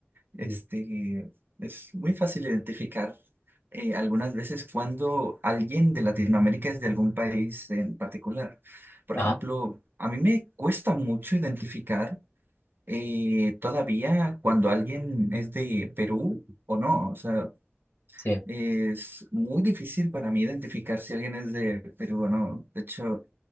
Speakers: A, on the right; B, on the left.
A: este,
B: Sí.
A: es muy fácil identificar eh, algunas veces cuando alguien de Latinoamérica es de algún país en particular. Por
B: Ajá,
A: ejemplo, a mí me cuesta mucho identificar eh, todavía cuando alguien es de Perú o no. O sea,
B: sí.
A: Es muy difícil para mí identificar si alguien es de Perú o no. De hecho,